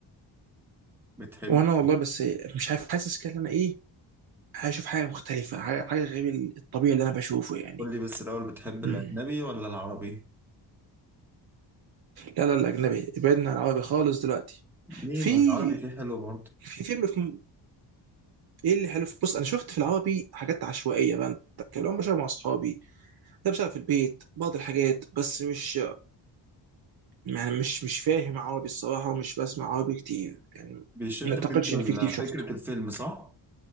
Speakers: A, in the centre; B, on the right.
A: بتحب
B: وانا والله بس مش عارف حاسس كده إن انا ايه هشوف حاجه مختلفه حاجه حاجة غير الطبيعي اللي انا بشوفه يعني
A: قول لي بس الاول بتحب الاجنبي
B: مم.
A: ولا العربي
B: لا لا الاجنبي ابعدنا عن العربي خالص دلوقتي
A: ليه
B: في
A: ما العربي فيه حلو برضه
B: في فيلم في م- ايه اللي حلو في- بص انا شفت في العربي حاجات عشوائيه بقى كان بشوفها مع اصحابي ده بشوفها في البيت بعض الحاجات بس مش يعني مش مش فاهم عربي الصراحة ومش بسمع عربي كتير يعني
A: بيشدك
B: ما اعتقدش
A: انت ال-
B: ان في كتير شفته
A: فكرة الفيلم صح